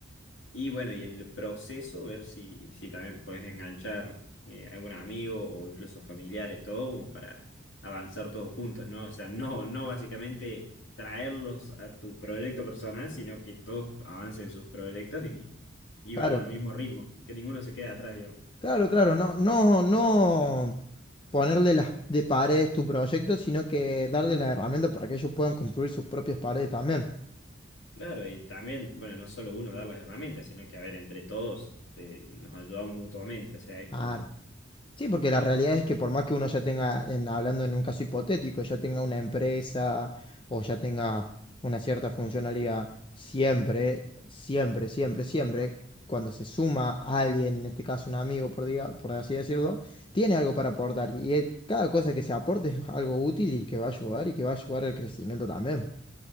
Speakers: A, on the left; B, on the left.
A: Y bueno, y en el proceso ver si, si también puedes enganchar eh, algún amigo o incluso familiares, todo como para avanzar todos juntos, ¿no? O sea, no, no básicamente traerlos a tu proyecto personal, sino que todos avancen sus proyectos y, y
B: Claro,
A: vayan al mismo ritmo, que ninguno se quede atrás, digamos.
B: claro, claro, no, no, no ponerle las de paredes tu proyecto, sino que darle la herramienta para que ellos puedan construir sus propias paredes también.
A: Claro, y también, bueno, no solo uno dar las herramientas, sino que a ver, entre todos eh, nos ayudamos mutuamente, o sea, es
B: Claro.
A: como
B: Sí, porque la realidad es que por más que uno ya tenga, en- hablando en un caso hipotético, ya tenga una empresa o ya tenga una cierta funcionalidad, siempre, siempre, siempre, siempre, cuando se suma alguien, en este caso un amigo, por, diga- por así decirlo, tiene algo para aportar. Y eh, cada cosa que se aporte es algo útil y que va a ayudar y que va a ayudar al crecimiento también.